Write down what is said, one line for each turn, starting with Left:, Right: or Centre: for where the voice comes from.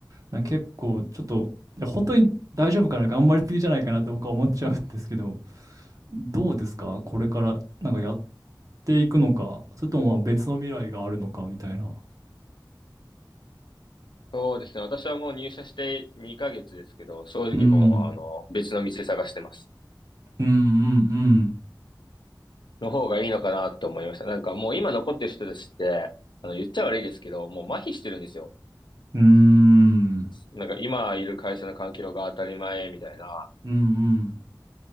Right: なんか結構ちょっと、いや本当に大丈夫かな、頑張りすぎじゃないかなって僕は思っちゃうんですけど、どうですかこれからなんかやっていくのか、それともまあ別の未来があるのかみたいな。
Left: そうですね。私はもう入社して2ヶ月ですけど、正直もう、
Right: うん、
Left: あの、別の道探してます。
Right: うん、うん、
Left: の方がいいのかなと思いました。なんかもう今残ってる人たちって、あの、言っちゃ悪いですけど、もう麻痺してるんですよ。
Right: うん、うーん、
Left: なんか今いる会社の環境が当たり前みたいな、
Right: うん、うん。